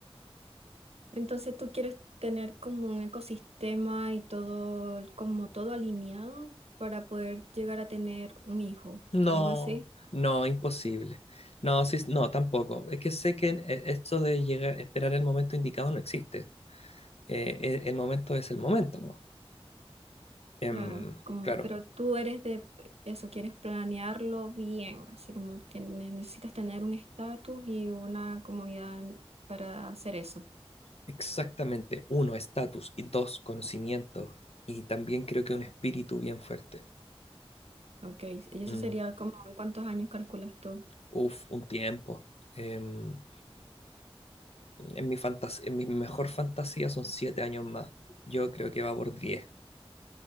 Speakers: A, on the right; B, on the left.
A: Entonces tú quieres tener como un ecosistema y todo, como todo alineado para poder llegar a tener un hijo,
B: No,
A: algo así,
B: no, imposible. No, sí, no, tampoco. Es que sé que eh, esto de llegar, esperar el momento indicado no existe. eh, e- el momento es el momento, ¿no? Em,
A: claro, como,
B: claro,
A: pero tú eres de eso, quieres planearlo bien, así como que ne- necesitas tener un estatus y una comodidad para hacer eso,
B: exactamente. Uno, estatus. Y dos, conocimiento. Y también creo que un espíritu bien fuerte.
A: ok, y eso
B: Mm,
A: sería como en cuántos años calculas tú.
B: uf, un tiempo. Em, en mi fantas- en mi mejor fantasía son siete años más. Yo creo que va por diez.